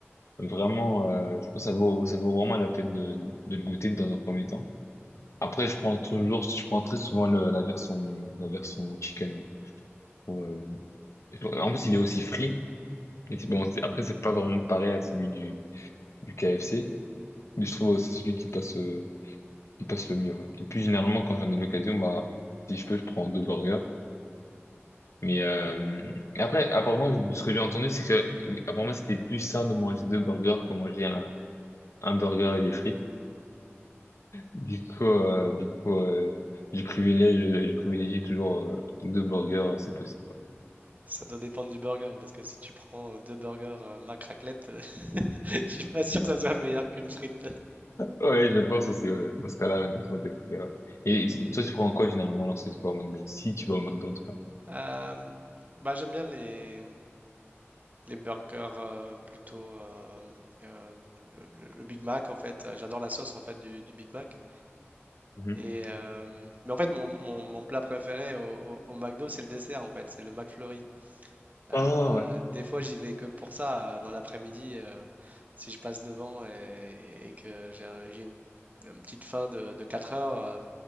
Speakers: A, on the left; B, on the right.
A: vraiment, euh, je pense, que ça vaut, ça vaut vraiment la peine de, de le goûter dans un premier temps. Après, je prends toujours, je prends très souvent le- la version, la version chicken. Pour, euh, en plus, il est aussi frit. Mais c'est bon, c'est- après, c'est pas vraiment pareil à celui du, du KFC. Mais je trouve que c'est celui qui passe, euh, qui passe le mieux. ouais. Et puis, généralement, quand j'en ai l'occasion, bah, si je peux, je prends deux burgers. Mais euh, et après, apparemment, ce que j'ai entendu, c'est que euh, apparemment, c'était plus sain de manger deux burgers que manger un, un burger et des frites. Du coup, euh, du coup, euh, je privilégie, je, je privilégie toujours euh, deux burgers, euh, si possible.
B: Ça doit dépendre du burger parce que si tu prends euh, deux burgers euh, mac raclette, <laughs> je suis pas sûr que ça soit meilleur qu'une frite.
A: Ouais, je pense aussi, ouais. Dans ce cas-là, dans ce contexte, ok, ouais. Et toi, tu prends quoi généralement lorsque tu vas au McDo? Si tu vas au McDo, en tout cas.
B: Euh, bah, j'aime bien les, Les burgers euh, plutôt euh, euh, le, le- le Big Mac en fait. euh, J'adore la sauce en fait du, du Big Mac.
A: Mhm.
B: Et euh, mais en fait mon, mon- mon plat préféré au, au- au McDo c'est le dessert en fait, c'est le McFlurry. Euh,
A: Ah, ouais.
B: des fois j'y vais que pour ça euh, dans l'après-midi euh, si je passe devant et, et que j'ai un- j'ai une, une petite faim de, de 4 heures, euh,